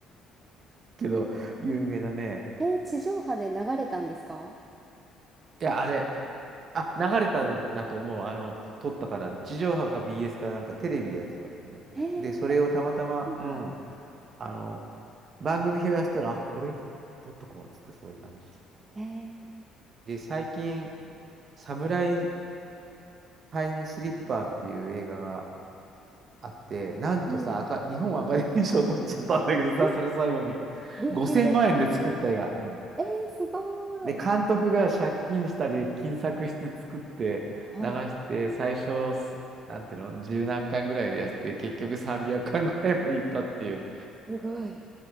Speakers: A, on the right (about 30°); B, on the right (about 15°).
A: <laughs> けど、有名だね。
B: えー地上波で流れたんですか
A: いや、あれ。あ、流れたんだと思う。あの、撮ったから、地上波か BS かなんかテレビでやってたとにかで、
B: へえ、
A: それをたまたま、
B: うん
A: うん、あの、番組表やってたら、あ、これ撮っとこうっつって、そういう感じ。
B: へー
A: で、最近、サムライタイムスリッパーっていう映画があって、なんとさ、
B: うん。
A: アカ日本アカデミー賞取っちゃったんだけどさ、
B: え、
A: それ最後に、
B: B
A: 5000万円で作った映画。
B: 級で。えー、すごい。
A: で、監督が借金したり、金策して作って流して、
B: はい、
A: 最初す、なんていうの、十何巻ぐらいでやって、結局300巻ぐらいまでいったっていう。
B: すごい。